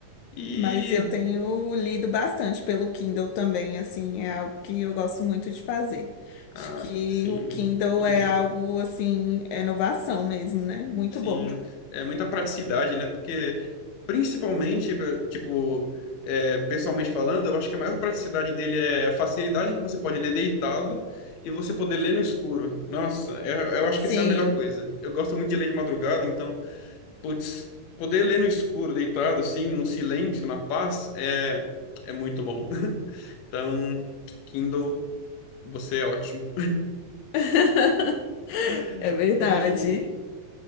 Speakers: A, on the left; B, on the left.
A: E,
B: Mas eu tenho lido bastante pelo Kindle também, assim, é algo que eu gosto muito de fazer.
A: ah,
B: Acho que
A: sim,
B: o Kindle
A: muito
B: é
A: bom.
B: algo, assim, é inovação mesmo, né? Muito
A: Sim,
B: bom.
A: é muita praticidade, né? Porque, principalmente, eh, tipo, é, pessoalmente falando, eu acho que a maior praticidade dele é a facilidade que você pode ler deitado e você poder ler no escuro. Nossa, é- eu acho
B: Sim.
A: que essa é a melhor coisa. Eu gosto muito de ler de madrugada, então, putz, poder ler no escuro, deitado, assim, no silêncio, na paz, é, é muito bom. <laughs> Então, Kindle, você é ótimo.
B: <laughs>
A: <laughs>
B: É verdade.
A: E.